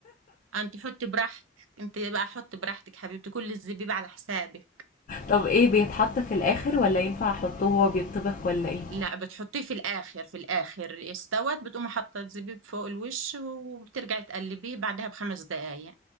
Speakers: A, on the right (about 80°); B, on the left (about 40°).
A: انت حطي براحتك انت بقى حطي براحتك حبيبتي كل الزبيب على حسابك
B: طب ايه بيتحط في الاخر ولا ينفع احطه وهو بيتطبخ ولا ايه
A: لا بتحطيه في الاخر في الاخر استوت بتقوم حاطه الزبيب فوق الوش وبترجعي تقلبيه بعدها بخمس دقايق